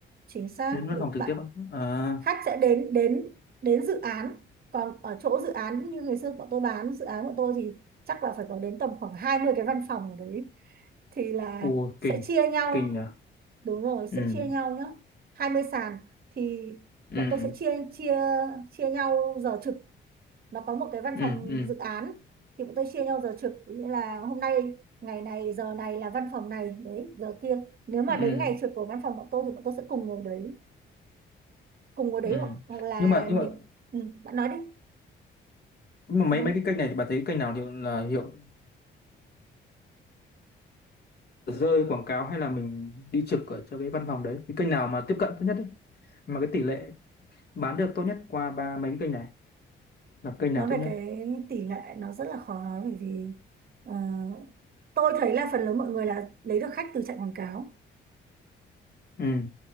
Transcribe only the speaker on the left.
đến văn
phòng trực
tiếp á? à
Ồ,
kinh
kinh nhỉ
ừ
ừ
ừ
ừ
ừ
ừ
nhưng mà
nhưng mà
nhưng mà
mấy mấy
cái
kênh này thì bạn thấy kênh nào hiệu là hiệu rơi quảng cáo hay là mình đi trực ở cho cái văn phòng đấy cái kênh nào mà tiếp cận tốt nhất đấy mà cái tỷ lệ bán được tốt nhất qua ba mấy cái kênh này là kênh nào
tốt nhất
ừ